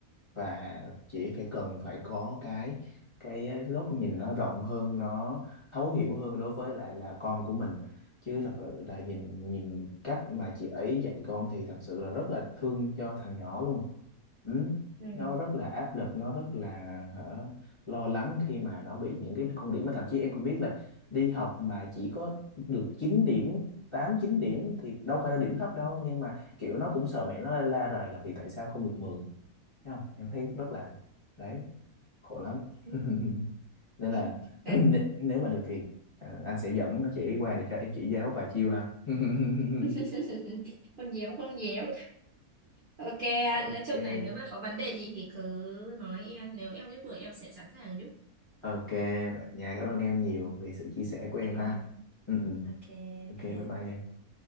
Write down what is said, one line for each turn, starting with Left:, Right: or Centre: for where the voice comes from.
Left: và chỉ
Right: ừ.
Left: phải cần phải có cái cái góc nhìn nó rộng hơn nó thấu hiểu hơn đối với lại là con của mình chứ thật sự là nhìn nhìn cách mà chị ấy dạy con thì thật sự là rất là thương cho thằng nhỏ luôn ừ.
Right: Ừ.
Left: nó rất là áp lực nó rất là hả, lo lắng khi mà nó bị những cái con điểm mà thậm chí em cũng biết là đi học mà chỉ có được chín điểm 8 9 điểm thì đâu phải là điểm thấp đâu nhưng mà kiểu nó cũng sợ mẹ nó la rầy là vì tại sao không được 10 Thấy không em thấy rất là đấy khổ lắm
Right: Ừ.
Left: <laughs> nên
Right: Ừ.
Left: là <clears throat>
Right: <laughs>
Left: n- nếu mà được thì à, anh sẽ dẫn chị qua để cho em chỉ giáo vài chiêu ha <laughs>
Right: <laughs> không dám không dám ok
Left: ok
Right: anh nói chung này nếu mà có vấn đề gì thì cứ nói em nếu em giúp được em sẽ sẵn sàng giúp
Left: ok vậy nha cảm ơn em nhiều vì sự chia sẻ
Right: ok
Left: của em ha ừ, ừ.
Right: ok
Left: ok
Right: ok
Left: bye
Right: anh
Left: bye em